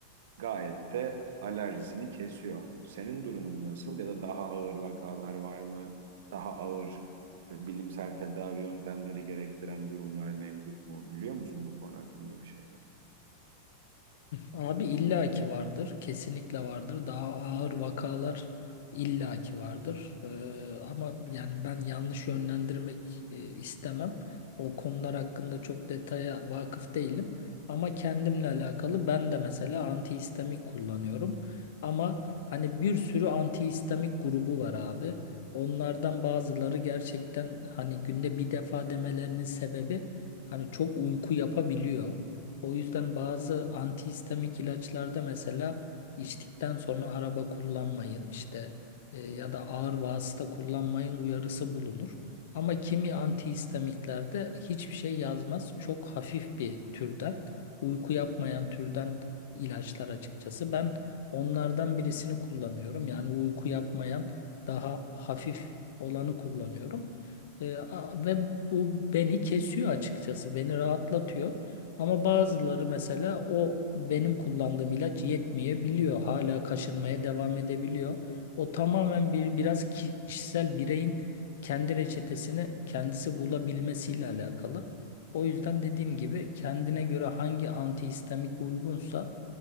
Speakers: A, on the right; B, on the left.
A: Gayet de alerjisini kesiyor. Senin durumun nasıl ya da daha ağır vakalar var mı? Daha ağır e, bilimsel tedavi yöntemleri gerektiren durumlar mevcut mu? Biliyor musun bu konu hakkında bir şeyler?
B: Abi illaki vardır. Kesinlikle vardır. Daha ağır vakalar illaki vardır. Ee, ama yani ben yanlış yönlendirmek e, istemem. O konular hakkında çok detaya vakıf değilim. Ama kendimle alakalı ben de mesela antihistamik kullanıyorum. Ama hani bir sürü antihistamik grubu var abi. Onlardan bazıları gerçekten hani günde bir defa demelerinin sebebi hani çok uyku yapabiliyor. O yüzden bazı antihistamik ilaçlarda mesela içtikten sonra araba kullanmayın işte e, ya da ağır vasıta kullanmayın uyarısı bulunur. Ama kimi antihistamiklerde hiçbir şey yazmaz. Çok hafif bir türden, uyku yapmayan türden ilaçlar açıkçası. Ben onlardan birisini kullanıyorum. Yani uyku yapmayan daha hafif olanı kullanıyorum. E, a- ve bu beni kesiyor açıkçası. Beni rahatlatıyor. Ama bazıları mesela o benim kullandığım ilaç yetmeyebiliyor. Hala kaşınmaya devam edebiliyor. O tamamen bir biraz kişisel bireyin kendi reçetesini kendisi bulabilmesiyle alakalı. O yüzden dediğim gibi kendine göre hangi antihistamik uygunsa